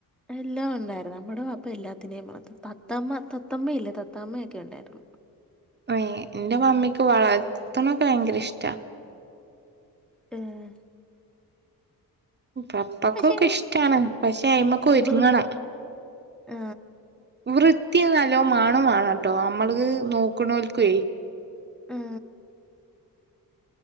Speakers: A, in the centre; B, on the right.
A: എല്ലാം ഒണ്ടാരുന്നു നമ്മട വാപ്പ എല്ലാത്തിനേം വളർത്തും തത്തമ്മ തത്തമ്മയില്ലേ തത്തമ്മയൊക്കെ ഒണ്ടായിരുന്നു
B: ൻന്റെ മമ്മിക്ക് വളർത്ത്ന്നൊക്കെ
A: ആഹ്
B: ഭയങ്കര ഇഷ്
A: ഏഹ്
B: പപ്പ
A: പക്ഷേ
B: ക്കൊക്കെ ഇഷ്ടാണ് പക്ഷെ അയിമക്ക് ഒരുങ്ങണം
A: വൃ ആ,
B: വൃത്തി നല്ലോ മാണോം മാണട്ടോ നമ്മള് നോക്ണോൽക്കെ
A: ഉം